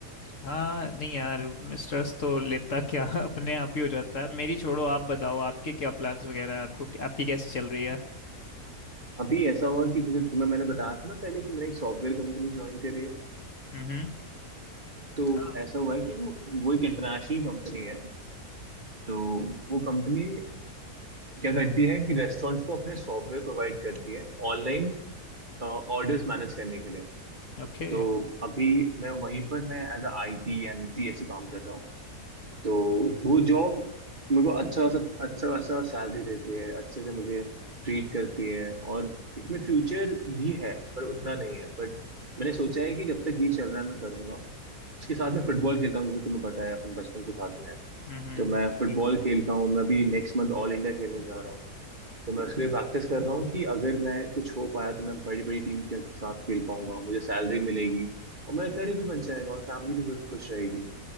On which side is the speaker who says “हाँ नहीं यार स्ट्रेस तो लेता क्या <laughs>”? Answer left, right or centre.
Left